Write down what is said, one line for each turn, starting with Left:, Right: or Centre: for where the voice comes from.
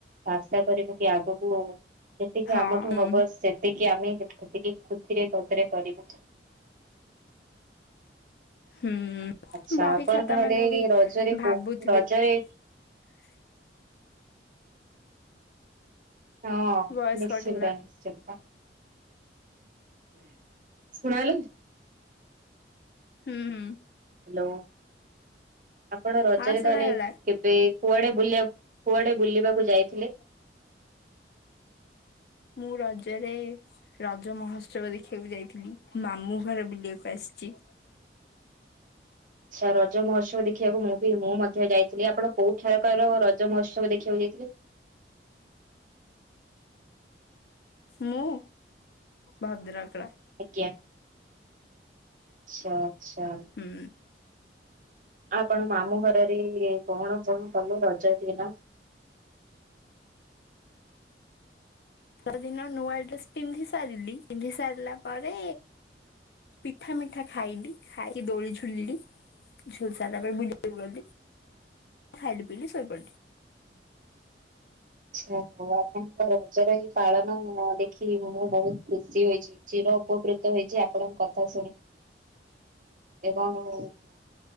Right: ଆଶା କରିବୁ କି ଆଗକୁ ଯେତିକି
Left: ହଁ
Right: ଆମଠୁ ହବ ସେତିକି ଆମେ ସେତିକି ଖୁସିରେ ଗଜରେ କରିବୁ।
Left: ହୁଁ
Right: ଆଚ୍ଛା
Left: ବହି
Right: ଆପଣ
Left: ଖାତା
Right: ତାହେଲେ
Left: ମାନେ ବି
Right: ରଜରେ
Left: ଭାବୁଥୁବେ।
Right: କୋଉ ରଜରେ
Left: ହ
Right: ହଁ
Left: ଭଏସ୍
Right: ନିଶ୍ଚିତା
Left: କଟ୍ ହେଲା
Right: ନିଶ୍ଚିତା। ସୁଣାଗଲା କି?
Left: ହୁଁ ହୁଁ।
Right: ହାଲୋ ଆପଣ ରଜରେ
Left: ହଁ ଶୁଣାଗଲା
Right: ତାହେଲେ କେବେ କୁଆଡେ ବୁଲିବାକୁ କୁଆଡେ ବୁଲିବାକୁ ଯାଇ
Left: <unintelligible> ମୁଁ ରଜରେ ରଜ ମହୋତ୍ସବ ଦେଖିବାକୁ ଯାଇଥିଲି ମାମୁଁ ଘର ବୁଲିବାକୁ ଆସିଚି।
Right: ଆଛା ରଜ ମହୋତ୍ସବ ଦେଖିବାକୁ ମୁଁ ବି ମୁଁ ମଧ୍ୟ ଯାଇଥିଲି ଆପଣ କୋଉ ଏଠାରକାର ରଜ ମହୋତ୍ସବ ଦେଖିବାକୁ ଯାଇଥିଲି।
Left: ମୁଁ ଭଦ୍ରକର।
Right: ଆଜ୍ଞା ଆଛା ଆଛା।
Left: ହୁଁ
Right: ଆପଣ ମାମୁଁ ଘରରେ କଣ କଣ କଲୁ ରଜା ଦିନ?
Left: ଜ ଦିନ ନୂଆ ଡ୍ରେସ ପିନ୍ଧି ସାରିଲି ପିନ୍ଧି ସାରିଲା ପରେ ପିଠା ମିଠା ଖାଇଲି ଖାଇକି ଦୋଳି ଝୁଲିଲି ଝୁଲ ସାରିଲା ପରେ ବୁଲି ବାକୁ ଗଲି। ଖାଇଲି ପିିଲି ସୋଇପଇଲି।
Right: ଆଛା ହଉ ଆପଣଙ୍କ ରଜର ହି ପାଳନ ଅଁ ଦେଖି ମୁଁ ବହୁତ ଖୁସି ହୋଇଚି ଚିର ଉପକୃତ ହେଇଚି ଆପଣଙ୍କ କଥା ଶୁଣି ଏବଂ <unintelligible>